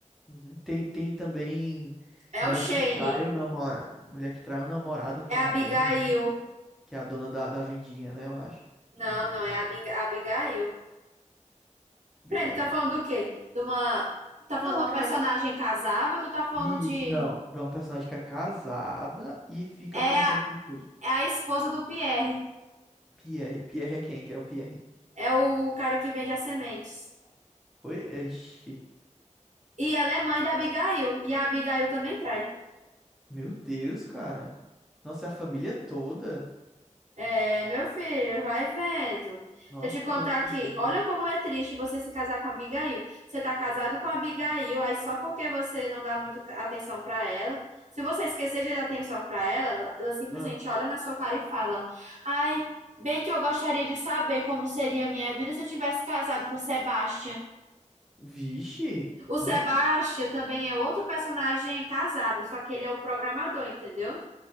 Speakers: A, in the centre; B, on the right (about 60°).
A: Uhum. Tem, tem também
B: É
A: mulher
B: o Shane.
A: que trai o namorado, mulher que trai o namorado
B: É
A: também.
B: a Abigail.
A: né? Que é a dona da, da vendinha, né? Eu acho.
B: Não, não, é a Abing- a Abigail.
A: Abigail.
B: Peraí, tu tá falando do quê? De uma... Tá falando
A: Não,
B: de uma
A: que
B: personagem
A: ela é.
B: casável ou tu tá falando
A: Isso,
B: de...
A: não. De uma personagem que é casada e fica
B: É
A: flertando
B: a,
A: com quem?
B: é a esposa do Pierre.
A: Pierre. Pierre é quem? Que é o Pierre.
B: É o cara que vende as sementes.
A: Oi? Ixi.
B: E ela é mãe da Abigail. E a Abigail também trai.
A: Meu Deus, cara. Nossa, é a família toda.
B: É, meu filho, vai vendo.
A: Nossa,
B: Deixa eu
A: que
B: te contar
A: povo esquisito.
B: aqui. Olha como é triste você se casar com a Abigail. Você tá casado com a Abigail, aí só porque você não dá muito ca- atenção pra ela. Se você esquecer de dar atenção pra ela, ela ela simplesmente
A: Ah.
B: olha na sua cara e fala: Ai, bem que eu gostaria de saber como seria a minha vida se eu tivesse casado com o Sebastian.
A: Vixe.
B: O Sebastian
A: Nossa, que. pe-
B: também é outro personagem casável, só que ele é o programador, entendeu?